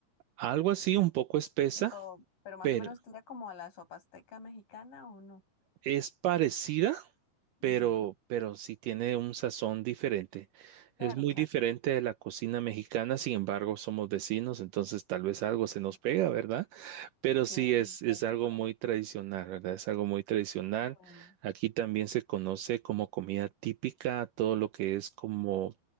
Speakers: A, on the right; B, on the left.
A: Algo así, un poco espesa,
B: Tipo, pero más
A: pero
B: o menos tira como a la sopa azteca mexicana o no.
A: es parecida,
B: Ujú.
A: pero, pero sí tiene un sazón diferente.
B: Claro,
A: Es muy
B: claro.
A: diferente de la cocina mexicana, sin embargo, somos vecinos, entonces tal vez algo se nos
B: Ujú.
A: pega, ¿verdad? Pero sí,
B: Sí, una
A: es,
B: influencia
A: es algo
B: por
A: muy
B: ahí.
A: tradicional, ¿verdad? Es algo muy tradicional.
B: Ujú.
A: Aquí también se conoce como comida típica, todo lo que es como